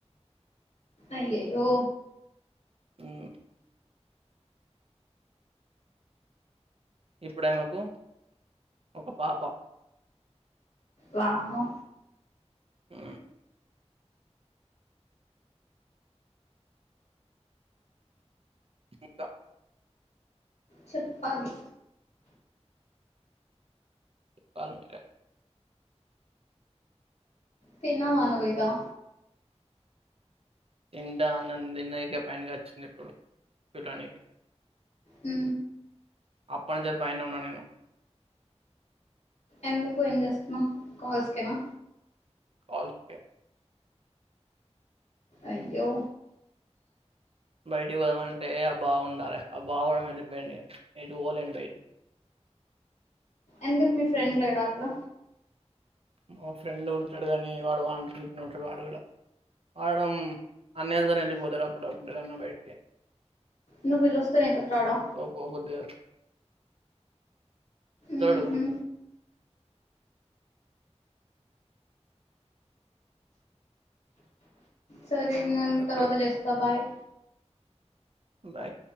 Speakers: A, on the left; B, on the right.
A: అయ్యయి ఓ
B: హ్మ్మ్ ఇప్పుడే మాకు ఒక పాప
A: వామ్మో
B: ఆ ఇంకా
A: చెప్పాలి
B: ప మీ
A: తిన్నావా నువ్వు ఏదన్నా
B: ఇంట ఆనందిక పైనగా వచ్చింది ఇప్పుడు చూడడానికి
A: ఉ
B: అప్పటినుంచి పైనే ఉన్నా నేను
A: ఎందుకు ఏం చేస్తున్నాం కాల్స్కేనా
B: కల్స్ ఎ
A: అయ్యో
B: బయటికి పోదామంటే ఆ బాగుండాలి ఆ బా కూడా వెళ్ళిపోయింది అది పోలేండి బయటికి
A: ఎందుకు మీ ఫ్రెండ్లు లేడా అక్కడ
B: మా ఫ్రెండ్ ఉంటాడు కానీ వాడు వానే ఉంటాడు వాడు కూడా వాడం అన్నేళ్ళతోని వెళ్ళిపోతారు అప్పుడప్పుడు ఏన్నా బయటికి
A: నువ్వు వెల్లుస్తేనేయి త్రాడా
B: పొగుది కాదు
A: ఊహు
B: వస్తాడు
A: సరే నను
B: ఎక్కడో
A: తర్వాత చేస్తా బాయ్
B: బాయ్